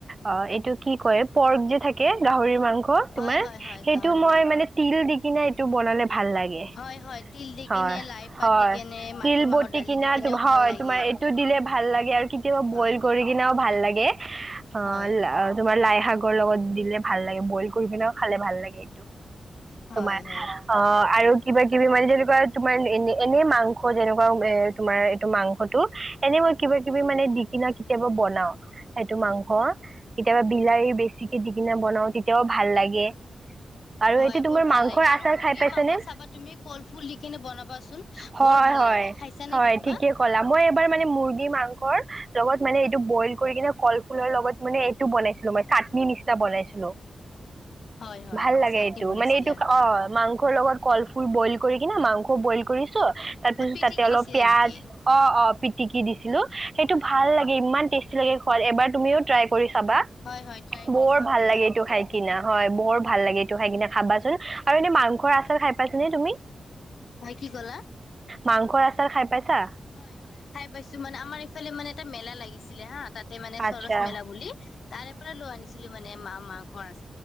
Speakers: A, on the right; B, on the left.
A: অ' এইটো কি কয় পৰ্ক যে থাকে গাহৰি মাংস। কত
B: হয়
A: তোমাৰ,
B: হয় হয়
A: সেইটো
B: গাহৰি
A: মই
B: মাংস
A: মানে তিল দি কিনা এইটোক বনালে ভাল লাগে।
B: হয় হয় তিল দি
A: হয়,
B: কিনে লাই পাত
A: হয়,
B: দি কেনে মাটিমাহৰ
A: তিল বতি
B: দালি
A: কিনা
B: দি কিনেও
A: হয়,
B: ভাল লাগে
A: তোমাৰ এইটো দিলে ভাল লাগে আৰু কেতিয়াবা
B: হয়
A: বইল কৰি কিনাও ভাল লাগে। অ'
B: হয়
A: তোমাৰ লাই শাকৰ লগত দিলে ভাল লাগে, বইল কৰি পিনেও খালে ভাল লাগে।
B: হয়
A: তোমাৰ
B: হয়
A: অ' আৰু কিবা-কিবি মানে যেনেকুৱা তোমাৰ এনে, এনেই মাংস যেনেকুৱা এ তোমাৰ এইটো মাংসটো এনে মই কিবা-কিবি মানে দি কিনাও কেতিয়াবা বনাও, সেইটো মাংস কেতিয়াবা বিলাহী বেছিকে দি কিনাও বনাও, তেতিয়াও ভাল লাগে। আৰু
B: হয়
A: এইটো তোমাৰ
B: বহুত ভাল
A: মাংসৰ
B: লাগে আৰু
A: আচাৰ
B: মুৰ্গীৰ
A: খাই পাইছানে
B: মাংসত চাবা তুমি কলফুল দি কিনে বনাবা চোন
A: হয়
B: বৰ ভাল
A: হয়
B: লাগে, খাইছানে
A: হয়
B: কেতিবা?
A: ঠিকে ক'লা মই এবাৰ মানে <unintelligible> লগত মানে এইটো বইল কৰি কিনে কলফুলৰ লগত মানে এইটো বনাইছিলো, মই চাটনি নিচিনা বনাইছিলো।
B: হয় হয়
A: ভাল
B: হয়
A: লাগে
B: চাটনি
A: এইটো
B: বনাইছিলা
A: মানে এইটো, অ' মাংসৰ লগত কলফু ফুল বইল কৰি কিনে মাংস বইল কৰি ছো তাৰ পিছত
B: অ পিটিকি
A: তাতে অলপ
B: দিছিলা
A: পিয়াজ,
B: নেকি
A: অ' অ' পিটিকি দিছিলো সেইটো
B: হয়
A: ভাল
B: হয়
A: লাগে ইমান টেষ্টি লাগে। হয় এবাৰ তুমিও ট্ৰাই কৰি চাবা
B: হয় হয় ট্ৰাই কৰি
A: বৰ
B: চাম
A: ভাল
B: দিয়া
A: লাগে, এইটো খাই কিনা হয় বৰ ভাল লাগে এইটো খাই কিনে খাবাচোন, আৰু এনেই মাংসৰ আচাৰ খাই পাইছানে তুমি?
B: হয় কি ক'লা?
A: মাংসৰ আচাৰ খাই পাইছা?
B: হয়, হয় খাই পাইছোঁ মানে আমাৰ ইফালে মানে এটা মেলা লাগিছিলে হা তাত তে মানে
A: আচ্ছা
B: চৰচ মেলা বুলি, তাৰে পৰা লৈ আনিছিলোঁ মান নে মা-মাংসৰ